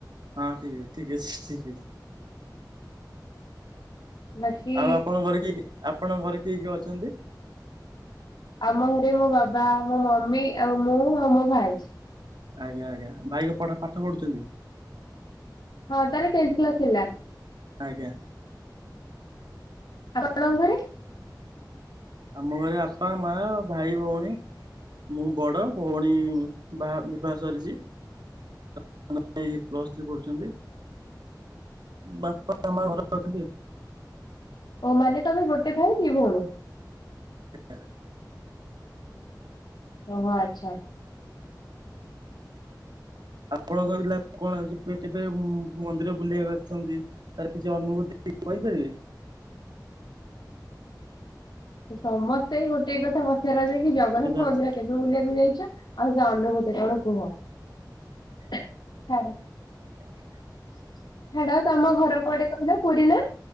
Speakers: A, on the right; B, on the left.
A: ହଁ ଠିକ୍ ଠିକ୍ ଅଛି ଠିକି।
B: ବାକି
A: ଆଉ ଆପଣଙ୍କ ଘରେ କିଏ କି ଆପଣଙ୍କ ଘରେ କିଏ କିଏ ଅଛନ୍ତି?
B: ଆମ ଘରେ ମୋ ବାବା, ମୋ ମମି, ଆଉ ମୁଁ ଆଉ ମୋ ଭାଇ।
A: ଆଜ୍ଞା ଆଜ୍ଞା ଭାଇ କଣ ପଢା ପାଠ ପଢୁଛନ୍ତି।
B: ହଁ ତାର ଟେନ୍ଥ କ୍ଲାସ୍ ହେଲା।
A: ଆଜ୍ଞା।
B: ଆପଣଙ୍କ ଘରେ।
A: ଆମ ଘରେ ଆପା, ମା, ଭାଇ, ଭଉଣୀ। ମୁଁ ବଡ ଭଉଣୀ ବା ବିବାହ ସରିଚି। <inaudible> ପ୍ଲସଥ୍ରୀ ପଢ଼ୁଛନ୍ତି ବାପା ମାଆ ଘରେ ଅଛନ୍ତି ଆଉ।
B: ଓ ମାନେ ତମେ ଗୋଟେ ଭାଇ ଦି ଭଉଣୀ।
A: ଆଜ୍ଞା।
B: ଓହୋ ଆଚ୍ଛା।
A: ଆପଣଙ୍କ ଜିଲ୍ଲା କଣ ଯିବେ କେବେ ମନ୍ଦିର ବୁଲିବାକୁ ଆସିଛନ୍ତି। ତାର କିଛି ଅନୁଭୂତି କହିପାରିବେ?
B: ସମସ୍ତେ ଏଇ ଗୋଟେ କଥା ପଚାର ଯାଏ କି ଜଗନ୍ନାଥ
A: କେବେ
B: ମନ୍ଦିର
A: ଆସି
B: କେବେ ବୁଲିବାକୁ ଯାଇଚ ଆଉ ସେ ଅନୁଭୂତି। ସେ କଣ କୁହ ଛାଡ଼।
A: <unintelligible>
B: ଛାଡ ତମ ଘର କୁଆଡେ କହିଲ ପୁରୀ ନା?